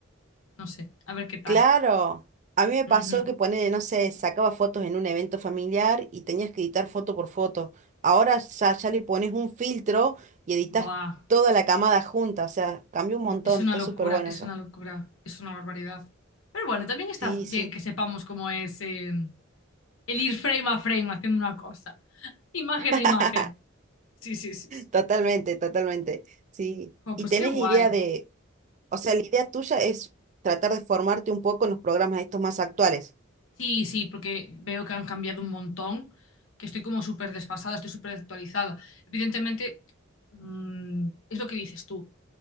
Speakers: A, on the left; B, on the right.
A: no sé, a ver qué tal.
B: Claro, a mí me pasó
A: Ujú.
B: que ponele, no sé, sacaba fotos en un evento familiar y tenías que editar foto por foto. Ahora ya, ya le pones un filtro y editas
A: Buah,
B: toda la camada junta, o sea, cambió un montón,
A: es una
B: está
A: locura,
B: súper bueno
A: es
B: eso.
A: una locura, es una barbaridad. Pero bueno, también está
B: Sí,
A: bien
B: sí,
A: que sepamos cómo es. eh, el ir frame a frame haciendo una cosa. Imagen
B: <laughs>
A: a imagen. Sí, sí, sí, sí.
B: totalmente, totalmente, sí.
A: Como,
B: ¿Y
A: pues
B: tenés
A: qué guay.
B: idea de, o sea, la idea tuya es tratar de formarte un poco en los programas estos más actuales?
A: Sí, sí, porque veo que han cambiado un montón, que estoy como súper desfasada, estoy súper actualizada. Evidentemente, mm, es lo que dices tú.